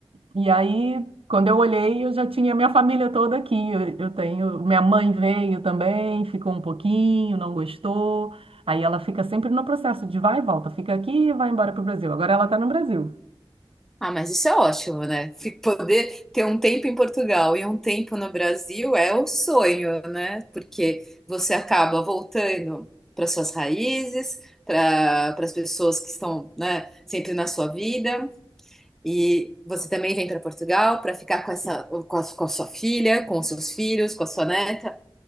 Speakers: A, on the right; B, in the centre.
A: e aí, quando eu olhei, eu já tinha minha família toda aqui. Eu, eu tenho, minha mãe veio também, ficou um pouquinho, não gostou. Aí ela fica sempre no processo de vai e volta, fica aqui e vai embora para o Brasil. Agora ela está no Brasil.
B: Ah, mas isso é ótimo, né? Fi- Poder ter um tempo em Portugal e um tempo no Brasil é o sonho, né? Porque você acaba voltando para suas raízes, para para as pessoas que estão, né, sempre na sua vida. E você também vem para Portugal para ficar com essa, com a, com a sua filha, com os seus filhos, com a sua neta.